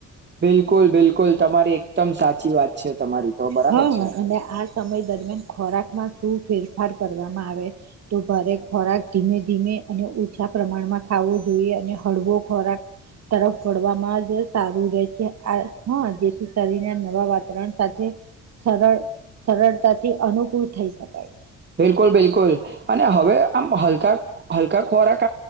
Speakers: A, on the right (about 35°); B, on the right (about 60°).
A: બિલકુલ બિલકુલ તમારી એકદમ સાચી વાત છે તમારી તો બરાબર
B: હા
A: છે
B: હ અને આ સમય દર દરમિયાન ખોરાકમાં શું ફેરફાર કરવામાં આવે તો ભારે ખોરાક ધીમે ધીમે અને ઓછા પ્રમાણમાં ખાવો જોઈએ અને હળવો ખોરાક તરફ વળવામાં જ સારું રહે છે આ હા જેથી શરીરના નવા વાતાવરણ સાથે સરળ સરળતાથી અનુકૂળ થઈ શકાય છે.
A: બિલકુલ બિલકુલ અને હવે આમ હલકા હલકા ખોરાક